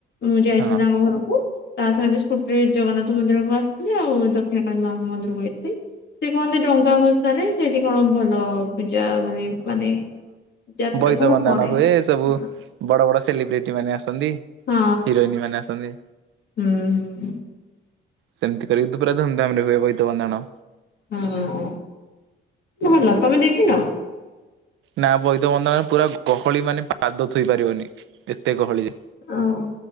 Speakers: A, on the left (about 60°); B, on the right (about 80°).
A: ମୁଁ ଯାଇଥିଲି
B: ହଁ।
A: ତାଙ୍କ ଘରକୁ। ତା ସାଙ୍ଗରେ ସ୍କୁଟିରେ ଜଗନ୍ନାଥ ମନ୍ଦିର କୁ ଆସିଥିଲି ଆଉ ଦକ୍ଷିଣ କଳୀ ମାଙ୍କ ମନ୍ଦିର କୁ ଯାଇଥିଲି। ସେ କହନ୍ତି ଡଙ୍ଗା ଭସାରେ ସେଇଠି କଣ ଭଲ ପୂଜା ମାନେ ମାନେ ଯାତ୍ରା
B: ବଇତ
A: ଭଲ
B: ବନ୍ଦାଣ
A: ପଡେ
B: ହୁଏ ସବୁ
A: ହଁ
B: ବଡ ବଡ ସେଲିବ୍ରିଟି ମାନେ ଆସୁ ଚନ୍ତି
A: ହଁ
B: ହିରୋଇନ ମାନ ଆସନ୍ତି।
A: ହୁଁ
B: ସେମିତି କରିକି ଦ ପୁରା ଧୁମଧାମରେ ହୁଏ ବଇତ ବନ୍ଦାଣ।
A: ହଁ ଭଲ ତମେ ଦେଖିନ।
B: ନା ବଇଦ ବନ୍ଦାଣରେ ପୁରା ଗହଳି ମାନେ ପାଦ ଥୋଇ ପାରିବନି ଏତେ ଗହଳି ଯେ।
A: ହଁ